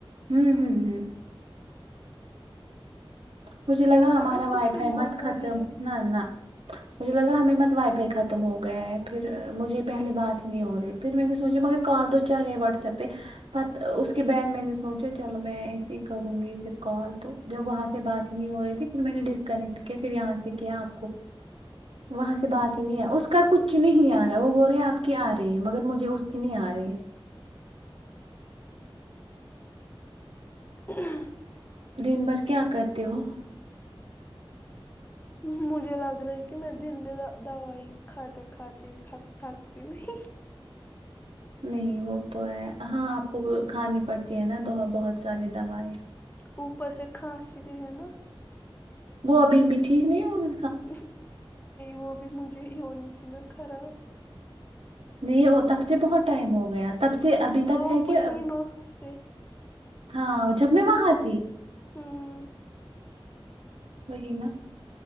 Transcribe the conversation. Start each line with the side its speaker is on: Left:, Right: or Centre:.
Right: ہوں ہوں ہوں مجھے لگا ہمارا
Left: اس
Right: وائی
Left: کو سم
Right: بھائی مت
Left: مزوری
Right: ختم
Left: ہے
Right: نہ نہ مجھے لگا ہمیں مت وائی فائی ختم ہو گیا ہے پھر مجھے پہلے بات ہی نہیں ہو رہی پھر میں نے سوچا مگر کال تو چلے واٹس ایپ پہ ب اس کے بعد میں نے سوچا چلو میں ایے ہی کروں گی پھر کال تو جب وہاں سے بات نہیں ہو رہی تھی پھر میں نے ڈسکنیکٹ کیا پھر یہاں سے کیا آپ کو وہاں سے بات ہی نہیں آ اس کا کچھ نہیں آ رہا وہ بول رہے آپ کی آ رہی ہے مگر مجھے اس کی نہیں آ رہی ہے
Left: <inaudible>
Right: دن بھر کیا کرتے ہو
Left: مجھے لگ رہا ہے کہ میں دن بھی دوائی کھاتے کھاتی تھکتی نہیں
Right: نہیں وہ تو ہے ہاں آپ کو کھانی پڑتی ہے نا بہت ساری دوائیں
Left: اوپر سے کھانسی بھی ہے نا
Right: وہ ابھی بھی ٹھیک نہیں ہوئے
Left: <inaudible> وہ بھی مجھے نی تھی نا خراب
Right: نہیں تب سے بہت ٹائم ہو گیا تب سے ابھی تک
Left: دو
Right: ہے کہ
Left: مہینوں سے
Right: ہاں جب میں وہاں تھی
Left: ہاں
Right: وہہ نا